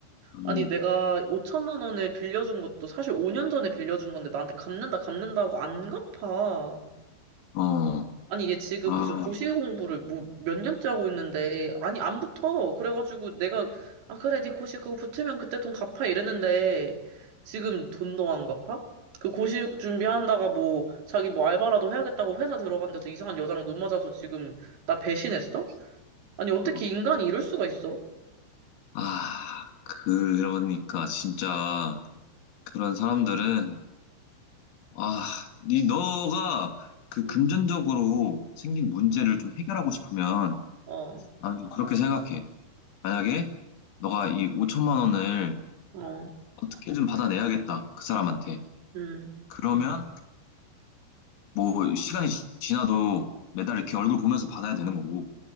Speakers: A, on the left; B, on the right.
A: 맞네.
B: 아니 내가 5천만 원을 빌려준 것도 사실 5년 전에 빌려준 건데 나한테 갚는다 갚는다고 안 갚아.
A: 어,
B: 아니, 얘 지금
A: 아,
B: 무슨 고실 공부를 뭐 몇 년째 하고 있는데, 아니, 안 붙어. 그래가지고 내가, 아, 그래, 네 고실 그거 붙으면 그때 돈 갚아 이랬는데, 지금 돈도 안 갚아? 그 고실 준비한다가 뭐, 자기 뭐 알바라도 해야겠다고 회사 들어간 데서 이상한 여자랑 눈 맞아서 지금 나 배신했어? 아니, 어떻게
A: <laughs>
B: 인간이 이럴 수가 있어?
A: 아, 그러니까 진짜 그런 사람들은 아, 이 너가 그
B: 음,
A: 금전적으로 생긴 문제를 좀 해결하고 싶으면
B: 어,
A: 나는 좀 그렇게 생각해. 만약에 너가 이 5천만 원을
B: 어,
A: 어떻게든 받아내야겠다. 그 사람한테.
B: 음,
A: 그러면 뭐 시간이 지- 지나도 매달 이렇게 얼굴 보면서 받아야 되는 거고.